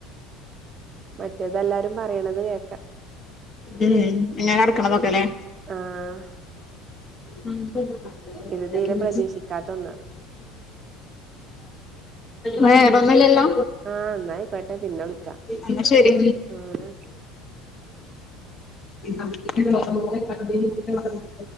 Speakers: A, on the right; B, on the left.
A: മറ്റേതെല്ലാരും പറയണത് കേൾക്കാം
B: ഉം ഇങ്ങനെ കടക്കണതൊക്കെല്ലേ?
A: ആഹ്
B: ഉം ഉം
A: ഇത് തീരെ പ്രതീക്ഷിക്കാത്ത ഒന്നാണ്
B: വേറൊന്നില്ലല്ലോ?
A: ആഹ് എന്നായിക്കോട്ടെ പിന്നെ വിളിക്കാം
B: ന്ന ശരി
A: ആഹ്
B: ഉം ഉം <unintelligible>